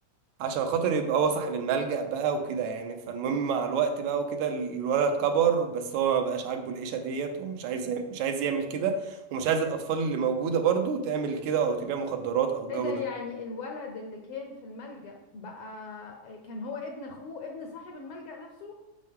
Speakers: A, on the right; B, on the left.
A: عشان خاطر يبقى هو صاحب الملجأ بقى وكده يعني فالمهم مع الوقت بقى وكده الولد كبر بس هو ما بقاش عاجبه العيشة ديت ومش عايز مش عايز يعمل كده ومش عايز الأطفال اللي موجودة برضو تعمل كده أو تبيع مخدرات أو الجو
B: ايه ده
A: ده
B: يعني الولد اللي كان في الملجأ بقى كان هو ابن اخوه ابن صاحب الملجأ نفسه